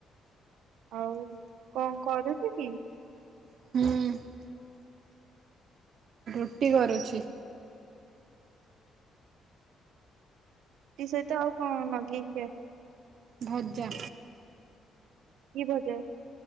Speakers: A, on the right (about 80°); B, on the right (about 60°).
A: ଆଉ କଣ କରୁଚୁ କି?
B: ହୁଁ ରୁଟି କରୁଛି।
A: ଟି ସହିତ ଆଉ କଣ ଲଗେଇକି
B: ଭଜା।
A: କି ଭଜା?